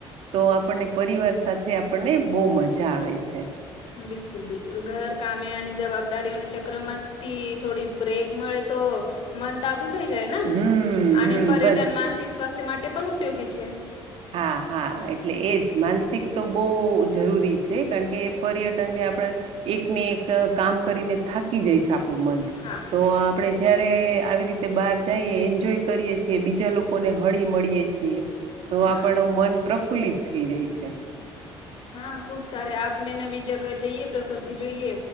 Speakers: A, on the right; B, on the left.
A: તો આપણને પરિવાર સાથે આપણને બહુ મજા આવે છે અચછ
B: બિલકુલ બિલકુલ ઘર કાામની જવાબદારીઓના ચક્રમાંથી થોડી બ્રેક મળે તો મન તાજું થઈ જાય ને
A: હમ
B: અને
A: હમ
B: પર્યટન
A: બસ
B: માનસિક સ્વાસ્થ્ય માટે પણ ઉપયોગી છે
A: હા હા એટલે એજ માનસિક તો બહુ જરૂરી છે કારણ કે એ પર્યટનને આપણે એક ને એક કામ કરીને થાકી જાય છે આપણું મન
B: હા
A: તો આપણે જયારે આવી રીતે બહાર જઈએ એન્જોય કરીએ છીએ બીજા લોકોને હળી મળીએ છીએ તો
B: હા
A: આપણ મન પ્રફુલ્લિત થઈ જાય છે
B: હા ખૂબ સાર આપને નવી જગ્યા જઈએ પ્રકૃતિ જોઈએ